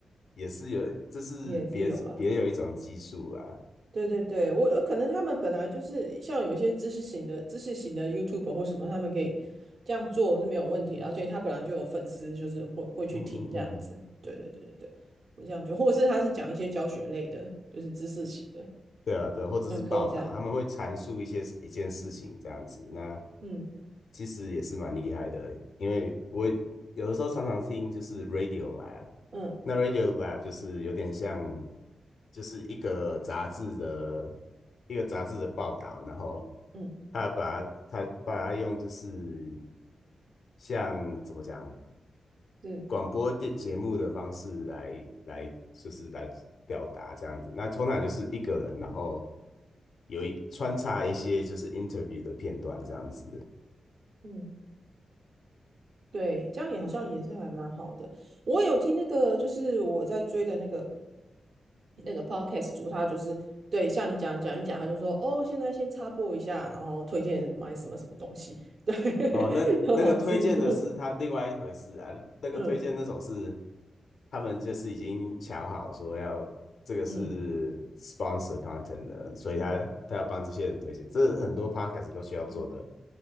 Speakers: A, on the left (about 65°); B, on the right (about 50°).
A: 也是有这是别别有一种技术啊，
B: 也是有啦。对对对，我有可能他们本来就是像有一些知识型的、知识型的 YouTube 或什么，他们可以这样做是没有问题的而且他本来就有粉丝，就是会会去听这样子。
A: 嗯嗯嗯，
B: 对对对对对，我这样就，或者是他是讲一些教学类的，就是知识型的，
A: 对啊对啊，或者是报道，
B: 那可以这样。
A: 他们会阐述一些一件事情这样子，那
B: 嗯
A: 其实也是蛮厉害的，因为我有的时候常常听就是 Radio Lab。
B: 嗯
A: 那 Radio Lab 就是有点像就是一个杂志的一个杂志的报道，然后
B: 嗯，
A: 他把它他把它用就是像怎么讲
B: 是
A: 广播电节目的方式来来就是来表达这样子。那通常就是一个人，然后有一穿插一些就是 interview 的片段这样子。
B: 嗯，对，这样也好像也是还蛮好的。我有听那个，就是我在追的那个。那个 podcast 主他就是对，像你讲讲一讲，他就说哦，现在先插播一下，然后推荐买什么什么东西，对，
A: 哦，
B: <laughs>
A: 那那个推荐的是他另外一回事啊，
B: 很好自助，
A: 那个推荐那种是
B: 嗯
A: 他们就是已经瞧好说要这个是
B: 嗯
A: sponsor content 的，所以他他要帮这些人推荐，
B: 嗯
A: 这很多 podcast 都需要做的。
B: 嗯哼